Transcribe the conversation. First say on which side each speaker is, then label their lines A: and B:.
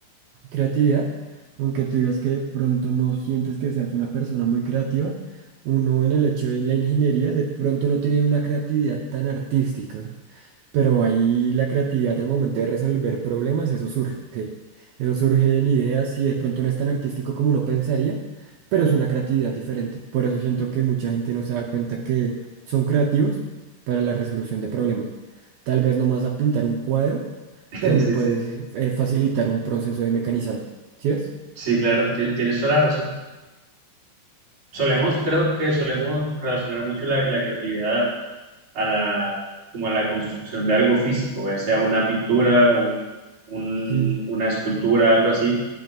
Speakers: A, on the right; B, on the right.
A: creatividad, aunque tú digas que de pronto no sientes que seas una persona muy creativa, uno en el hecho de la ingeniería de pronto no tiene una creatividad tan artística pero ahí la creatividad al momento de resolver problemas, eso surge. Eso surge en ideas y de pronto no es tan artístico como uno pensaría, pero es una creatividad diferente. Por eso siento que mucha gente no se da cuenta que son creativos para la resolución de problemas. Tal vez no más a pintar un cuadro,
B: <laughs>
A: pero
B: sí,
A: me puedes
B: sí.
A: eh, eh, facilitar un proceso de mecanizado. ¿Sí es?
B: Sí, claro, ti- tienes toda la razón. Solemos, creo que solemos relacionar mucho la, la creatividad a la, como a la construcción de algo físico, ya sea una pintura, un- un-
A: Sí,
B: una escultura, algo así,